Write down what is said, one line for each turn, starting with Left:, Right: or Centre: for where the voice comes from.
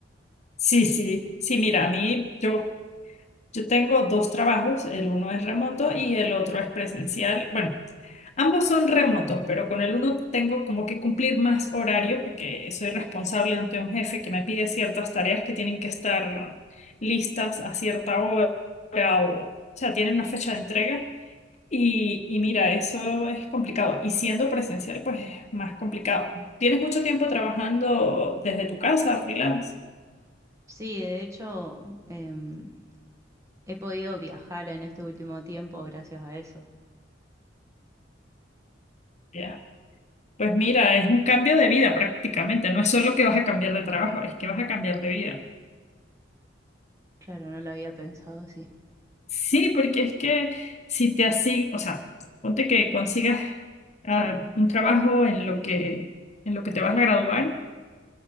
Left: sí, sí. Sí, mira, a mí, yo, yo tengo dos trabajos, el uno es remoto y el otro es presencial. Bueno, Ambos son remotos, pero con el uno tengo como que cumplir más horario porque soy responsable ante un jefe que me pide ciertas tareas que tienen que estar listas a cierta hora o, o sea, tienen una fecha de entrega. Y, y mira, eso es complicado. Y siendo presencial, pues es más complicado. ¿Tienes mucho tiempo trabajando desde tu casa, freelance?
Right: Sí, de hecho, em, he podido viajar en este último tiempo gracias a eso.
Left: Ya. Pues mira, es un cambio de vida prácticamente. No es solo que vas a cambiar de trabajo, es que vas a cambiar de vida.
Right: Claro, no lo había pensado así.
Left: Sí, porque es que si te así, o sea, ponte que consigas ah, un trabajo en lo que en lo que te vas a graduar,